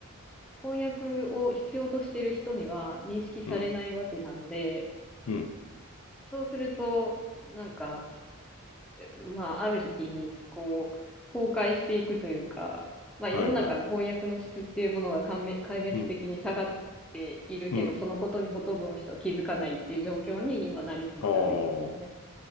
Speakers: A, in the centre; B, on the left.
A: 翻訳を必要としてる人には認識されないわけなので、
B: うん、うん。
A: そうすると、なんか、まあ、ある意味、こう、崩壊していくというか、まあ、世の中の翻訳の質っていうものが壊滅壊滅的に下がっているけど、
B: はい、はい。うん、うん。
A: そのことにほとんどの人は気づかないっていう状況に今なりつつありますよね。
B: ああ、